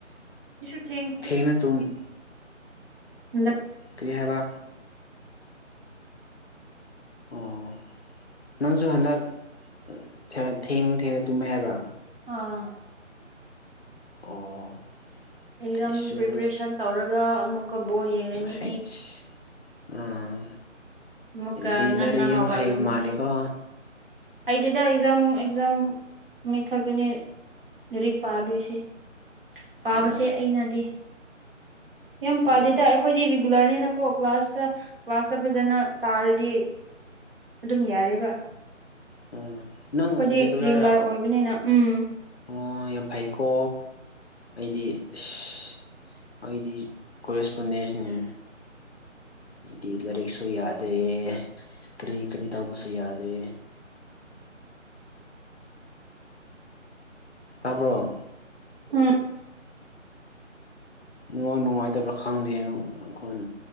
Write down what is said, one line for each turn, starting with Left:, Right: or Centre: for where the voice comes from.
Right: ꯏꯁꯨ ꯊꯦꯡ
Left: <unintelligible> ꯇꯨꯝ
Right: ꯍꯟꯗꯛ
Left: ꯀꯩ ꯍꯥꯏꯕ ꯑꯣ ꯅꯪꯁꯨ ꯍꯟꯗꯛ ꯑ ꯊꯦꯡ ꯊꯦꯡꯅ ꯇꯨꯝꯃꯦ ꯍꯥꯏꯕ꯭ꯔꯥ
Right: ꯑꯥ
Left: ꯑꯣ
Right: ꯑꯦꯛꯖꯥꯝ
Left: ꯑꯩꯁꯨ
Right: ꯄ꯭ꯔꯤꯄꯔꯦꯁꯟ ꯇꯧꯔꯒ ꯑꯃꯨꯛꯀ ꯕꯣꯜ ꯌꯦꯡꯔꯅꯤ
Left: ꯍꯩꯁ ꯑꯥ
Right: ꯑꯃꯨꯛꯀ
Left: ꯂꯥꯏꯔꯤꯛ
Right: ꯉꯟꯅ ꯍꯧꯒꯠꯂꯅꯤ
Left: ꯌꯥꯝ ꯍꯩꯕ ꯃꯥꯜꯂꯦꯀꯣ
Right: ꯑꯩꯗꯤꯗ ꯑꯦꯛꯖꯥꯝ ꯑꯦꯛꯖꯥꯝ ꯅꯨꯃꯤꯠ ꯈꯛꯇꯅꯤ ꯂꯥꯏꯔꯤꯛ ꯄꯥꯗꯣꯏꯁꯦ ꯄꯥꯕꯁꯦ
Left: ꯎꯝ
Right: ꯑꯩꯅꯗꯤ ꯌꯥꯝ ꯄꯥꯗꯦꯗ
Left: ꯎꯝ
Right: ꯑꯩꯈꯣꯏꯗꯤ ꯔꯤꯕ ꯔꯤꯒꯨꯂꯔꯅꯤꯅꯀꯣ ꯀ꯭ꯂꯥꯁꯇ ꯀ꯭ꯂꯥꯁꯇ ꯐꯖꯅ ꯇꯥꯔꯗꯤ ꯑꯗꯨꯝ ꯌꯥꯔꯦꯕ
Left: ꯑꯣ ꯅꯪ
Right: ꯑꯩꯈꯣꯏꯗꯤ
Left: ꯔꯤꯒꯨꯂꯔꯔꯥ
Right: ꯔꯤꯒꯨꯂꯔ ꯑꯣꯏꯕꯅꯤꯅ ꯎꯝ
Left: ꯑꯣ ꯌꯥꯝ ꯐꯩꯀꯣ ꯑꯩꯗꯤ ꯏꯁ ꯑꯩꯗꯤ ꯀꯣꯔꯦꯁꯄꯣꯟꯗꯦꯟꯁꯅꯦ ꯍꯥꯏꯗꯤ ꯂꯥꯏꯔꯤꯛꯁꯨ ꯌꯥꯗꯦ ꯀꯔꯤ ꯀꯔꯤ ꯇꯧꯕꯁꯨ ꯌꯥꯗꯦ ꯇꯥꯕ꯭ꯔꯣꯡ
Right: ꯎꯝ
Left: ꯉ ꯅꯨꯡꯉꯥꯏꯇꯕ꯭ꯔꯥ ꯈꯪꯗꯦꯅꯈꯣꯟ